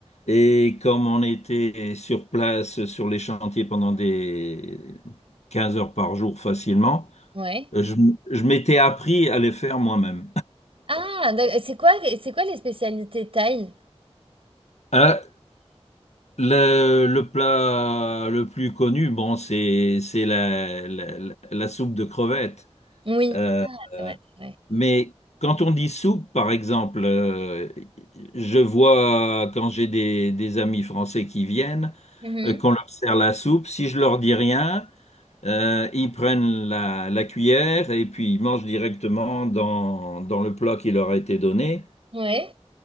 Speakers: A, on the left; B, on the right.
A: Et comme on était sur place, sur les chantiers pendant des 15 heures par jour facilement,
B: Ouais.
A: je, je m'étais appris à les faire moi-même.
B: Ah, d'ac- c'est quoi, c'est quoi les spécialités thaï?
A: Euh, le, le plat le plus connu, bon, c'est, c'est la, la, la- la soupe de crevettes.
B: Oui.
A: Euh,
B: Ah, c'est vrai, c'est vrai.
A: Mais quand on dit soupe, par exemple, euh, je vois quand j'ai des, des amis français qui viennent,
B: Mhm.
A: euh, qu'on leur sert la soupe, si je leur dis rien, euh, ils prennent la, la cuillère et puis ils mangent directement dans, dans le plat qui leur a été donné.
B: Ouais.